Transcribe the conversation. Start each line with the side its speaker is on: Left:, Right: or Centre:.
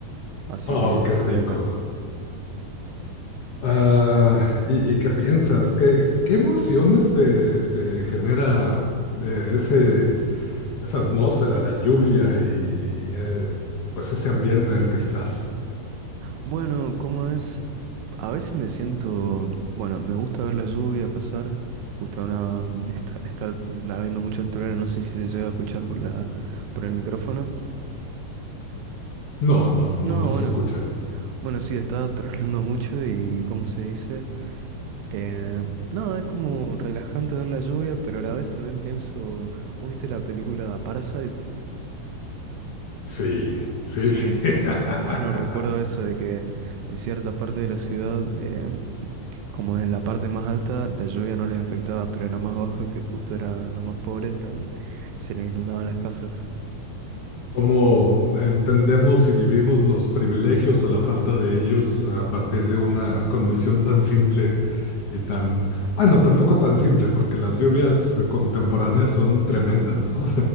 Right: Así
Left: Oh,
Right: que
Left: qué
Right: estoy
Left: rico.
Right: acá.
Left: Ah, ¿y, y qué piensas? ¿Qué, qué emociones te, te genera eh, ese, esa atmósfera, la lluvia y, y, eh, pues ese ambiente en el que estás?
Right: Bueno, ¿cómo es? A veces me siento, bueno, me gusta ver la lluvia pasar, justo una, <laughs> está, está habiendo muchos truenos, no sé si se llega a escuchar por la, por el micrófono.
Left: No, no, no,
Right: No,
Left: no
Right: bueno,
Left: se escucha.
Right: bueno, sí, está tronando mucho y, ¿cómo se dice? Eh, no, es como relajante ver la lluvia, pero a la vez también pienso, ¿vos viste la película Parasite?
Left: Sí, sí,
Right: Sí,
Left: sí. <laughs>
Right: bueno, <laughs> recuerdo eso de que en ciertas partes de la ciudad em, Como en la parte más alta la lluvia no les afectaba, pero en la más baja que justo eran los más pobres, también se les inundaban las casas.
Left: ¿Cómo entendemos y vivimos los privilegios o la falta de ellos a
Right: Claro.
Left: partir de una condición tan simple y tan, bueno, tampoco tan simple, porque las lluvias contemporáneas son tremendas, ¿no?